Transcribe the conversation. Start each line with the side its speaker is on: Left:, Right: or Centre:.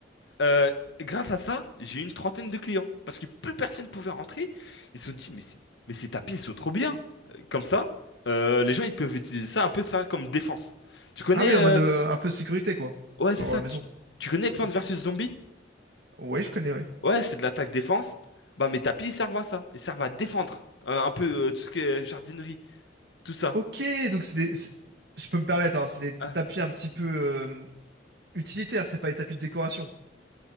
Left: euh, grâce à ça, j'ai eu une trentaine de clients. Parce que plus personne pouvait rentrer. Ils se sont dit, mais, c'est- mais ces tapis, ils sont trop bien. Euh, Comme ça, euh, les gens, ils peuvent utiliser ça, un peu ça, comme défense. Tu connais...
Right: Ah oui, en
Left: euh,
Right: mode euh, un peu sécurité quoi,
Left: Ouais, c'est
Right: leur
Left: ça.
Right: euh, maison.
Left: Tu, tu connais Plants
Right: Ok.
Left: vs Zombies?
Right: Ouais, je connais, oui.
Left: Ouais, c'est de l'attaque défense. Bah, mes tapis, ils servent à ça. Ils servent à défendre. Euh, un peu euh, tout ce qui est jardinerie, tout ça.
Right: Ok, donc c'est des, c'est- je peux me permettre, hein, c'est des
Left: Ah,
Right: tapis un petit peu euh, utilitaires, c'est pas des tapis de décoration.